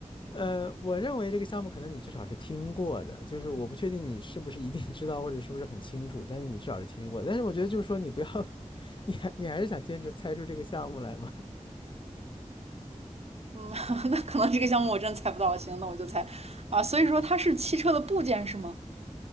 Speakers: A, on the left; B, on the right.
A: 呃，我认为这个项目可能你至少是听过的，就是我不确定你是不是一定知道或者是不是很清楚，但是你至少是听过的但是我觉得就是说你不要，<laughs> 你还你还是想坚持猜出这个项目来吗？
B: 目，嗯，<laughs> 那可能这个项目我真猜不到。行，那我就猜啊，所以说它是汽车的部件是吗？